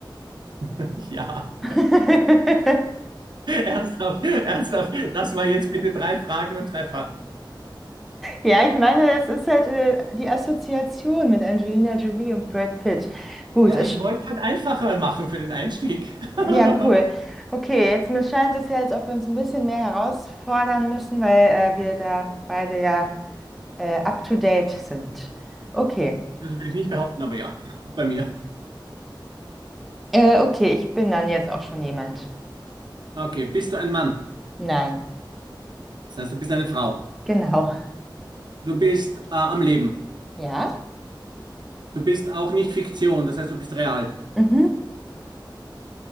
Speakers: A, on the right; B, in the centre.
A: <laughs> Ja.
B: <laughs>
A: Ernsthaft, ernsthaft. Lass mal jetzt bitte drei Fragen und Treffer.
B: Ja, ich meine, es ist halt äh, die Assoziation mit Angelina Jolie und Brad Pitt. Gut,
A: Ja,
B: es,
A: ich wollte halt einfacher machen für den Einstieg. <laughs>
B: ja, cool. Okay, jetzt mir scheint es ja, als ob wir uns ein bisschen mehr herausfordern müssen, weil äh, wir da beide ja äh, up to date sind. Okay,
A: Das will ich nicht behaupten, aber ja, bei mir.
B: äh, okay, ich bin dann jetzt auch schon jemand.
A: Okay, bist du ein Mann?
B: Nein,
A: Das heißt, du bist eine Frau.
B: genau.
A: Du bist äh, am Leben.
B: Ja?
A: Du bist auch nicht Fiktion, das heißt, du bist real.
B: Mhm.